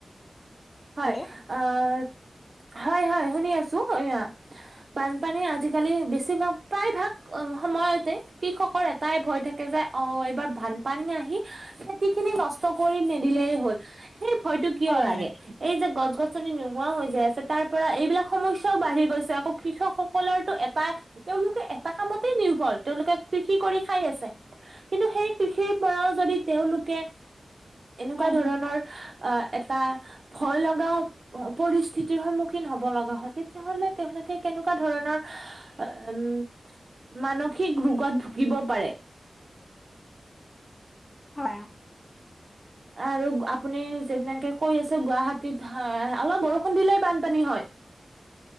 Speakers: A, on the right; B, on the left.
A: হয়
B: হেল্ল'
A: অ', হয়, হয়, শুনি আছোঁ, এইয়া। বানপানী আজিকালি বেছিভাগ প্ৰায়ভাগ সময়তে কৃষকৰ এটা টাই ভয় থাকে যে অ', এইবাৰ বানপানী আহি খেতিখিনি নষ্ট কৰি নিদিলেই হ'ল সেই ভয়টো কিয়
B: হয়
A: লাগে?
B: হয়
A: এই যে গছ-গছনি নোহোৱা হৈ যাই আছে তাৰ পৰা এইবিলাক সমস্যাও বাঢ়ি গৈছে আকৌ কৃষক সকলৰটো এটা তেওঁলোকে এটা কামতে নিৰ্ভৰ, তেওঁলোকে কৰি খাই আছে। কিন্তু সেই কৃষিৰ পৰাও যদি তেওঁলোকে এনেকুৱা
B: হয়
A: ধৰণৰ অহ, এটা ভয় লগাও প-পৰিস্থিতিৰ সন্মুখীন হব লগা হয় তেতিয়াহ'লে তেওঁলোকে কেনেকুৱা ধৰণৰ উম, মানসিক ৰোগত ভুগিব পাৰে।
B: হয়।
A: আৰু আপুনি যেনেকে কৈ আছে গুৱাহাটীত হয় অলপ বৰষুণ দিলেই বানপানী হয়।